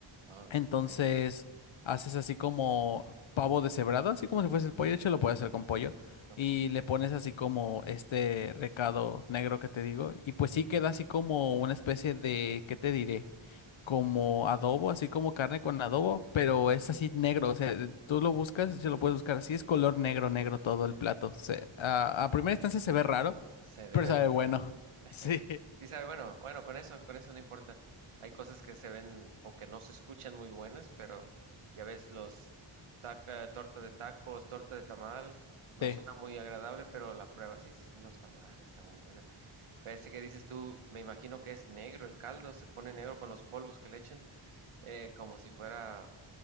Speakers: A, on the right; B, on the left.
A: Ah,
B: Entonces
A: ok.
B: haces así como pavo deshebrado, así como si fuese el pollo, de hecho lo puedes hacer con pollo.
A: Ok.
B: Y le pones así como este recado negro que te digo. Y pues sí queda así como una especie de, ¿qué te diré? Como adobo, así como carne con adobo, pero
A: Sí,
B: es así negro. O sea, tú lo buscas, yo lo puedes buscar así, es color negro, negro todo el plato. Se- a, a primera instancia se ve raro,
A: Se debe
B: pero sabe
A: ver
B: bueno.
A: raro.
B: <laughs>
A: <laughs>
B: Sí.
A: Sí, sabe, bueno, bueno, con eso, con eso no importa. Hay cosas que se ven o que no se escuchan muy buenas, pero ya ves, los ta- eh, torta de tacos, torta de tamal, no
B: Sí.
A: suena muy agradable, pero la prueba sí s- no está mal, está muy buena. Pero este que dices tú, me imagino que es negro el caldo, se pone negro con los polvos que le echan, eh, como si fuera,